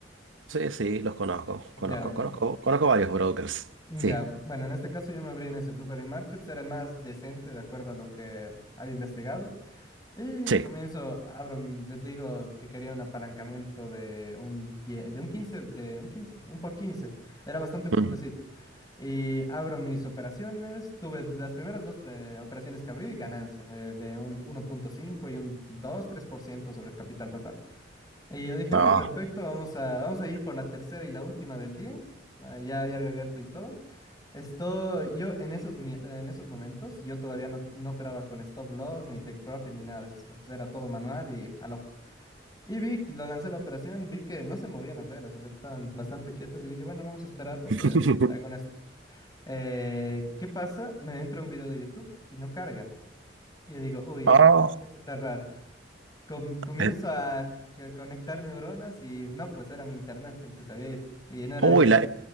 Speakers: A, on the right; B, on the left.
A: sí, sí, los conozco,
B: Ya,
A: conozco, conozco, conozco varios brokers,
B: mm,
A: sí,
B: ya, bueno, en este caso yo me abrí en ese Blueberry Markets era el más decente de acuerdo a lo que había investigado. Y
A: sí.
B: comienzo, abro, mi- les digo que quería un apalancamiento de un 10, de un quince de un quince un por quince Era bastante fuertecito.
A: Mm.
B: Y abro mis operaciones. Tuve las primeras dos eh, operaciones que abrí, ganancia, eh, de un uno punto cinco y un dos tres por ciento sobre el capital total. Y yo dije,
A: Ah.
B: uy, perfecto, vamos a, vamos a ir por la tercera y la última del día. Ah, ya, ya había abierto y todo. Esto, yo en esos, mi- en esos momentos, yo todavía no, no operaba con stop loss, ni take profit, ni nada de esas cosas. Era todo manual y al ojo. Y vi, que lo lancé la operación, vi que no se movían las velas, o sea que estaban bastante quietas y dije, bueno, vamos a esperar porque
A: <laughs>
B: es, hago en esto. Eh, ¿qué pasa? Me entra un video de YouTube y no carga. Y yo digo, uy, esto
A: Ah,
B: está, esto está raro. Com- comienzo
A: eh,
B: a c- conectar neuronas y no, pues era mi internet el que se había ido. Y no era
A: uy,
B: que...
A: la,